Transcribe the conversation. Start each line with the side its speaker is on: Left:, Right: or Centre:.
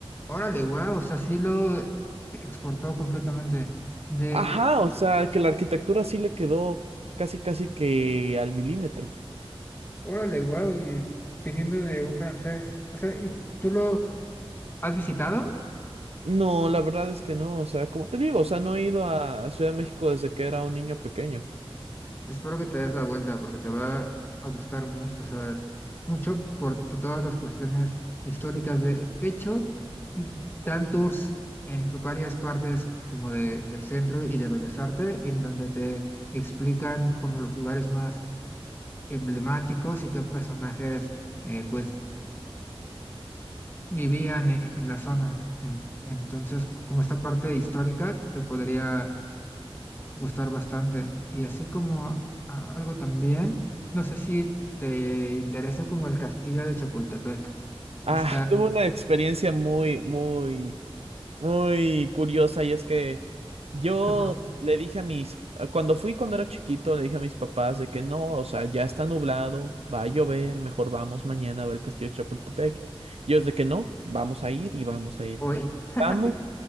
Left: Órale, guau, o sea, sí lo exportó completamente. De,
Right: Ajá,
Left: eh,
Right: o sea, que la arquitectura sí le quedó casi, casi que al milímetro.
Left: órale, guau, y viniendo de un francés. O sea, ¿y tú lo has visitado?
Right: No, la verdad es que no, o sea, como te digo, o sea, no he ido a Ciudad de México desde que era un niño pequeño.
Left: Espero que te des la vuelta porque te va a gustar mu- o sea, mucho por to- todas las cuestiones históricas. De hecho, mm, dan tours en varias partes como de el centro y de Bellas Artes, en donde te explican como los lugares más emblemáticos y qué personajes, eh, pues vivían e- en la zona. En- entonces, c- como esta parte histórica te podría gustar bastante. Y así como a- algo también, no sé si te interesa como el castillo de Chapultepec. Está,
Right: Ah, tuve una experiencia muy, muy, muy curiosa y es que yo
Left: ¿qué pasó?
Right: le dije a mis, cuando fui cuando era chiquito, le dije a mis papás de que no, o sea, ya está nublado, va a llover, mejor vamos mañana a ver el Castillo de Chapultepec. Y ellos de que no, vamos a ir y vamos a ir.
Left: Hoy, <laughs>
Right: vamos
Left: sí,